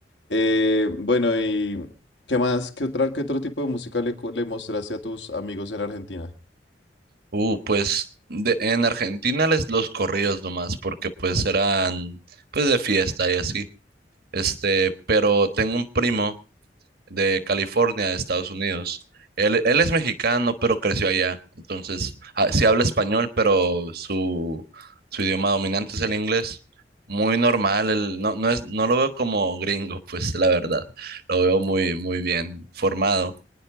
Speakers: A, on the left (about 75°); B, on the right (about 60°).
A: Eh, bueno, ¿y qué más? ¿Qué otra, qué otro tipo de música le, co- le mostraste a tus amigos en Argentina?
B: Uh, pues de- en Argentina les los corridos nomás, porque pues eran pues de fiesta y así. Este, pero tengo un primo de California, de Estados Unidos. Él, él es mexicano, pero creció allá. Entonces, ah, sí habla español, pero su, su idioma dominante es el inglés. Muy normal, él- no, no es, no lo veo como gringo, pues la verdad. Lo veo muy, muy bien formado